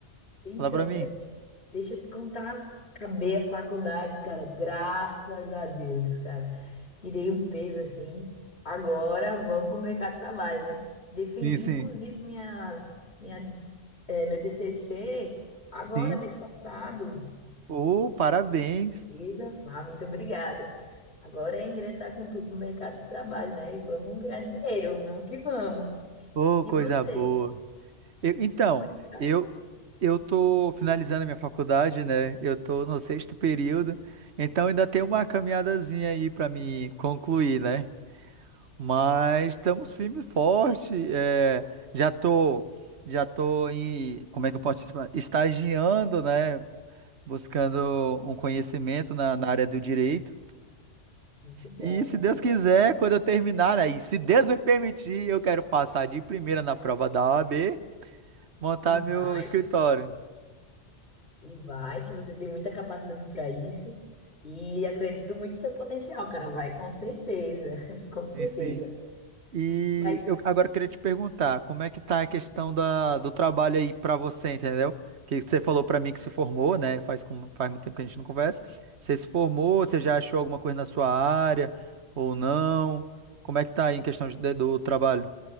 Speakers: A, on the left (about 60°); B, on the right (about 65°).
A: Então,
B: Fala pra mim.
A: Guilherme, deixa eu te contar. Acabei a faculdade, cara. Graças a Deus, cara. Tirei um peso assim. Agora vamos pro mercado de trabalho, né? Defendi,
B: Sim, sim.
A: inclusive, minha, minha, eh, meu TCC agora,
B: Sim.
A: mês passado.
B: Ô, parabéns.
A: Beleza? Ah, muito obrigada. Agora é ingressar com tudo no mercado de trabalho, né? E vamos ganhar dinheiro, vamos que vamos.
B: Ô,
A: E
B: coisa
A: você?
B: boa. Eu- então,
A: Como é que tá?
B: eu eu tô finalizando a minha faculdade, né? Eu tô no sexto período, então ainda tem uma caminhadazinha aí pra me concluir, né? Mas estamos firme e forte. é, já tô, já tô em, como é que eu posso chamar? Estagiando, né? Buscando um conhecimento na, na área do direito.
A: Muito bom,
B: E se
A: muito
B: Deus quiser,
A: bom.
B: quando eu terminar, né? E se Deus me permitir, eu quero passar de primeira na prova da OAB, montar
A: E vai,
B: meu escritório.
A: e vai, que você tem muita capacidade para isso. E acredito muito no seu potencial, cara. Vai, com certeza, <laughs> com certeza.
B: Sim, sim. E
A: Mas
B: eu agora queria te perguntar, como é que tá a questão da, do trabalho aí pra você, entendeu? Que você falou pra mim que se formou, né? Faz, como- faz muito tempo que a gente não conversa. Você se formou, você já achou alguma coisa na sua área ou não? Como é que tá aí em questão de- do trabalho?